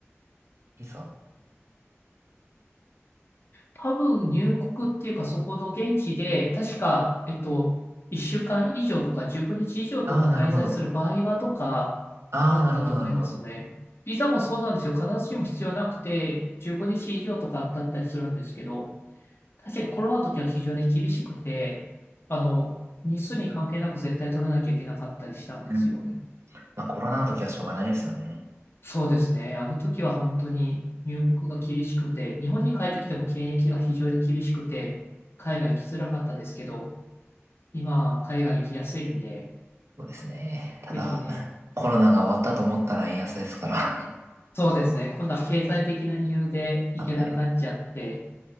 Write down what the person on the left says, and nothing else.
多分入国っていうかそこの現地で、確か、えっと、1週間以上とか15日以上とか滞在する場合はとかだったと思いますね。
ビザもそうなんですよ。必ずしも必要はなくて、15日以上とかだったりするんですけど、確かコロナの時は非常に厳しくて、あの、日数に関係なく絶対取らなきゃいけなかったりしたんですよね。
そうですね。あの時は本当に入国が厳しくて、日本に帰ってきても検疫が非常に厳しくて、海外行きづらかったですけど、今は海外行きやすいんで、
ぜひね、
そうですね。今度は経済的な理由で行けなくなっちゃって、